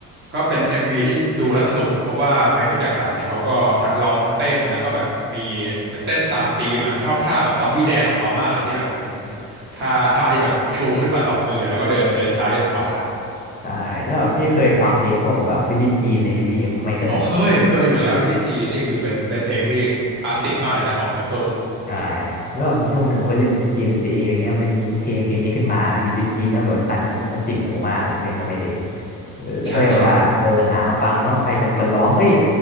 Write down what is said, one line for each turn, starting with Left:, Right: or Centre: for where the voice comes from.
Right: ก็เป็น MV ที่ดูแล้วสนุกเพราะว่าไมเคิลแจ็คสันเนี่ยเขาก็ทั้งร้องทั้งเต้นแล้วก็แบบมีเหมือนเต้นตามธีมอ่ะชอบท่าแบบซอมบี้แดนของเขามากเลยที่แบบเหมือนท่าท่าที่แบบชูขึ้นมาสองมือแล้วก็เดินเดินซ้ายเดินขวา
Left: ใช่แล้วแบบพี่เคยฟังเพลงพวกแบบบิลลี่จีนอะไรเงี้ยพี่ของไมเคิล
Right: อ๋อเคยเคยอยู่แล้วบิลลี่จีนนี่คือเป็นเป็นเพลงที่คลาสสิกมากเลยนะของไมเคิล
Left: ใช่แล้วแบบมีช่วงหนึ่งผมก็เล่นเกม GTA ออะไรเงี้ยมันจะมีเพลงเพลงนี้ขึ้นมา b จ g จีแล้วแบบมันตัดหูมันติดหูมากในสมัยเด็กเออแล้วก็เลยแบบว่าเออหามาฟังแล้วใครเป็นคนร้องเอ้ย
Right: ใช่ใช่